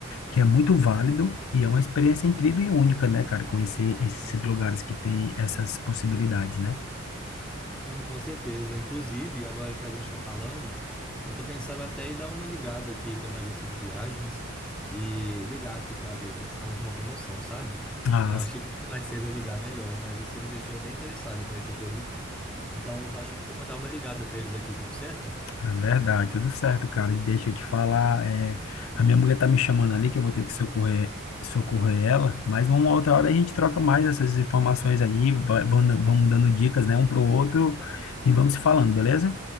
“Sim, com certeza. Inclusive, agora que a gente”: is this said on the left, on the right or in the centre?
Centre